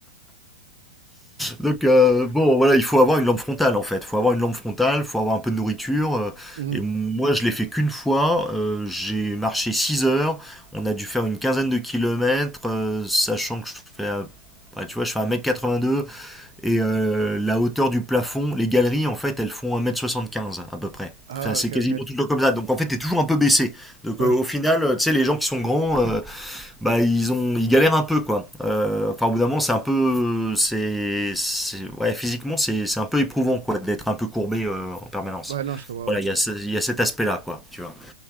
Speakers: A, in the centre; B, on the right.
A: Donc euh, bon, voilà, il faut avoir une lampe frontale en fait. Faut avoir une lampe frontale, faut avoir un peu de nourriture. euh,
B: Mhm.
A: et moi, je l'ai fait qu'une fois. euh, j'ai marché 6 heures. On a dû faire une quinzaine de kilomètres, euh, sachant que je fais, euh, bah, tu vois, je fais un mètre quatre-vingt-deux et euh, la hauteur du plafond, les galeries en fait, elles font un mètre soixante-quinze à peu près.
B: Ah,
A: Enfin, c'est
B: ok,
A: quasiment
B: ok.
A: tout le temps comme ça. Donc en fait, t'es toujours un peu baissé. Donc
B: Ouais.
A: euh, au final, euh, tu sais, les gens qui sont grands. euh, bah ils ont ils galèrent un peu quoi. Euh, enfin au bout d'un moment c'est un peu c'est c'est- ouais physiquement c'est c'est un peu éprouvant quoi d'être un peu courbé euh, en permanence.
B: Ouais, non, je comprends,
A: Voilà,
B: ouais.
A: il y a, ce- il y a cet aspect-là, quoi, tu vois.